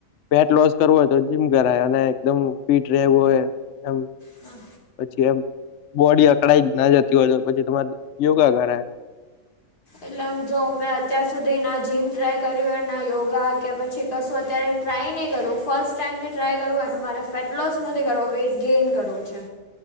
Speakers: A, on the left (about 60°); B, on the left (about 85°).
A: વેટ લોસ કરવું હોય તો જીમ કરાય અને એકદમ ફિટ રહેવું હોય એમ
B: હા
A: પછી એમ. બોડી અકળાઈ ના જતી હોય તો પછી તમારે યોગા કરાય.
B: એટલે આમ જો મેં અત્યાર સુધી ના જીમ ટ્રાય કર્યું ના યોગા કે પછી કશું અત્યારે ટ્રાય નહીં કરવું ફર્સ્ટ ટાઈમથી ટ્રાય કરવું એ મારે ફેટ લોસ નથી કરવો વેઇટ ગેઇન કરવું છે.